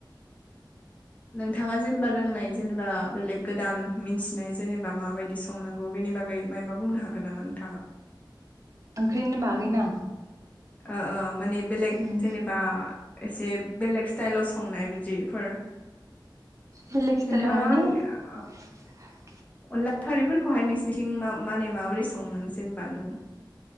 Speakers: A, on the left; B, on the right.
A: नोंथाङा जेनेबा रोंनाय जेनेबा बेलेग गोदान मिथिनाय जेनेबा माबायदि स संनांगौ बेनि बागै मायबा बुंनो हागोन नामा नोंथाङा?
B: ओंख्रिनि बागै ना?
A: ओ ओ माने बेलेग
B: उम
A: जेनेबा एसे बेलेग स्टाइलाव संनाय बिदिफोर
B: बेलेग स्टाइलाव
A: नोंथाङा <unintelligible>
B: <unintelligible>
A: अनला खारैफोरखौहाय नोंसनिथिं मा-माने माबोरै सङो जेनेबा नों